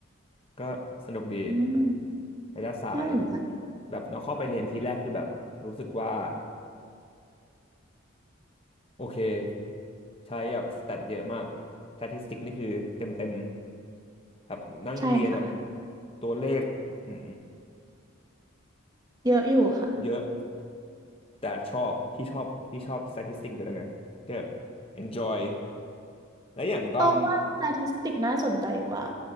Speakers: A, on the left; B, on the right.
A: ก็สนุกดี
B: อืม
A: Data Science
B: น่าสนใจ
A: แบบเราเข้าไปเรียนทีแรกคือแบบรู้สึกว่าโอเค ใช้แบบสแตทเยอะมากสถิติกนี่คือเต็มเต็มครับนั่งเรียนแบบ
B: ใช่ค่ะ
A: ตัวเลขอื้อหือ
B: เยอะอยู่ค่ะ
A: เยอะแต่ชอบพี่ชอบพี่ชอบสถิติอยู่แล้วไงก็แบบ enjoy และอย่างตอน
B: ต้องว่า s t a t i s t น่าสนใจกว่า